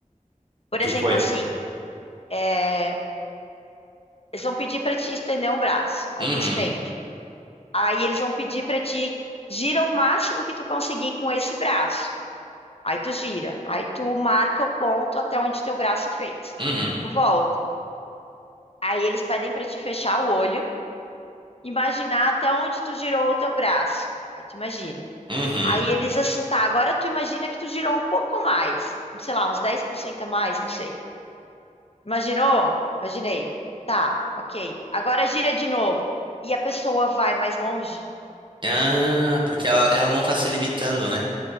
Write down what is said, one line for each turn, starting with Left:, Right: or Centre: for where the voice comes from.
Left: Por
Right: O que
Left: exemplo,
Right: que foi?
Left: assim, é, eles vão pedir para te estender um braço, aí
Right: Uhum,
Left: tu estende. Aí eles vão pedir para te gira o máximo que tu conseguir com esse braço. Aí tu gira, aí tu marca o ponto até onde teu braço fez.
Right: uhum,
Left: Tu volta. Aí eles pedem para te fechar o olho. imaginar até onde tu girou o teu braço. Aí tu imagina.
Right: uhum.
Left: Aí eles assim, tá, agora tu imagina que tu girou um pouco mais, sei lá, uns 10% a mais, não sei. Imaginou? Imaginei. Tá, ok. Agora gira de novo. E a pessoa vai mais longe?
Right: Ah, porque ela, ela não tá se limitando, né?